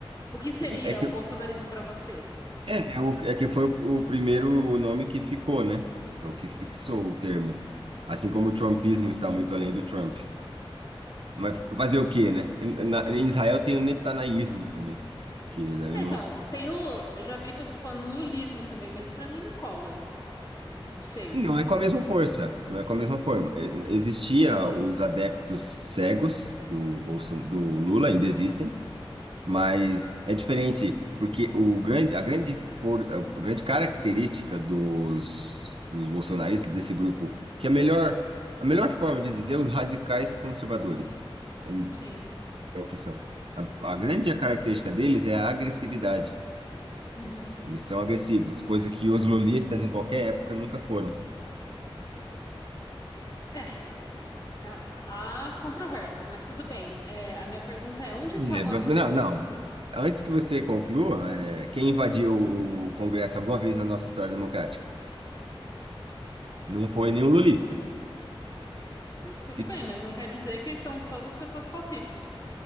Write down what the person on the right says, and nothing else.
É é que
É, é, o, é que foi o, o primeiro nome que ficou, né? É o que fixou o termo. Assim como o trumpismo está muito além do Trump. Mas fazer o quê, né? Em na- em Israel tem o netanaísmo também, que eu
não,
não
é com a mesma força, não é com a mesma forma. E- Existia os adeptos cegos do, Bolson, do Lula, ainda existem, mas é diferente, porque o grande, a grande, for, a grande característica dos, dos bolsonaristas, desse grupo, que é a melhor, a melhor forma de dizer é os radicais conservadores, hum,
é o que são. A, a grande característica deles é a agressividade.
Eles são agressivos, coisa que os lulistas em qualquer época nunca foram.
É, ba-
não,
não. Antes que você conclua, é, quem invadiu o Congresso alguma vez na nossa história democrática? Não foi nenhum lulista.
Se,